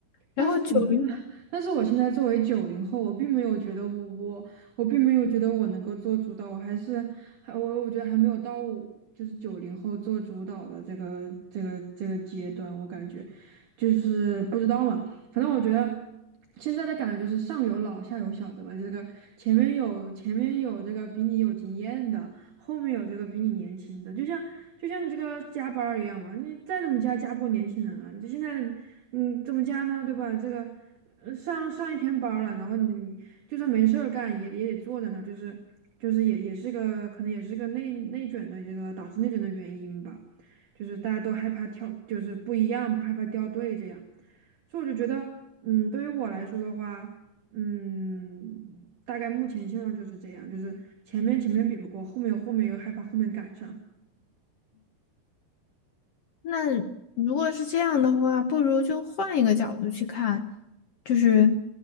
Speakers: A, on the left; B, on the right.
A: 然后九零。
B: 但是我但是我现在作为九零后，我并没有觉得我我我并没有觉得我能够做主导，我还是还我我觉得还没有到我就是九零后做主导的这个这个这个阶段，我感觉就是不知道嘛，反正我觉得。现在的感觉就是上有老下有小，的吧？这个前面有前面有这个比你有经验的，后面有这个比你年轻的，就像就像你这个加班儿一样嘛，你再怎么加加不过年轻人啊！你这现在嗯，怎么加呢？对吧？这个呃上上一天班儿了，然后你就算没事儿干，也也得坐在那儿，就是就是也也是个可能也是个内内卷的这个导致内卷的原因吧，就是大家都害怕跳，就是不一样，害怕掉队这样，所以我就觉得，嗯，对于我来说的话，嗯，大概目前现状就是这样，就是前面前面比不过，后面后面又害怕后面赶上。
A: 那如果是这样的话，不如就换一个角度去看，就是